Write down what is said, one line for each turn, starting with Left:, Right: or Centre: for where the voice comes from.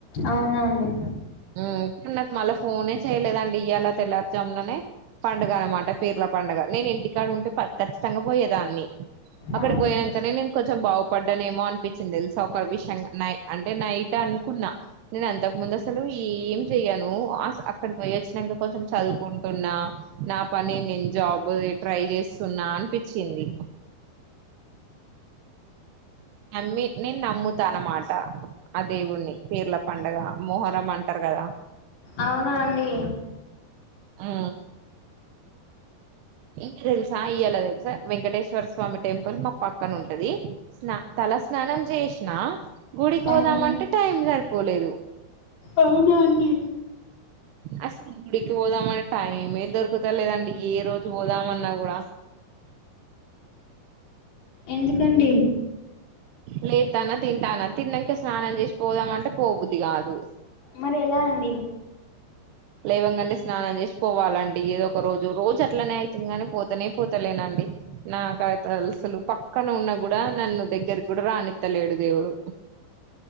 Left: అవునా అండి
Right: ఉమ్, నాకు మళ్ళీ ఫోనే చేయలేదండి ఇయ్యాలా తెల్లారుజాములనే పండుగ అనమాట పీర్ల పండుగ నేను ఇంటికాడు ఉంటే ఖచ్చితంగా పోయేదాన్ని అక్కడికి
Left: అవునా
Right: పోయినంక నేను కొద్ కొంచెం బాగుపడ్డానేమో అనిపించింది తెలుసా ఒక విషయం నై అంటే నైట్ అనుకున్నా నేను అంతకు ముందు నేన్ అసలు ఏం చెయను అస్ అక్కడికి పోయచ్ ఇంక కొంచెం చదువుకుంటున్నా నా పని నేను జాబ ట్రై చేస్తున్నా అనిపించింది ది నమ్మి నేను నమ్ముతానమాట ఆ దేవుణని పీర్ల పండుగ మొహరం అంటారుగా కద
Left: అవునా అండి
Right: ఊ ఇంక తెలుసా ఇయలా తెలుసా వెంకటేశ్వర స్వామి టెంపుల్ మా పక్కన ఉంటది స్నా త తలా స్నానం చేసినా గుడికి
Left: అవునా
Right: పోదామంటే టైం సరిపోలేదు
Left: అవున అండి
Right: అసలు గుడికి పోదామని టైమే దొరుకుత లేదండి ఏ రోజు పోదామన్నా కూడా
Left: ఎందుకండి
Right: లేతానా తింటానా తిన్నాకే స్నానం చేసి పోదామంటే పోబుద్ది కాదు
Left: మరి ఎలా అండి
Right: లేవంగనే స్నానం చేసి పోవాలండి ఏదో ఒక రోజు రోజు అట్లనే అయితుంది గాని పోతనే పోతలేనండి నాకు అసలు పక్కన ఉన్న గూడా నన్ను దగ్గరకి గూడా రానిత్తలేడు దేవుడు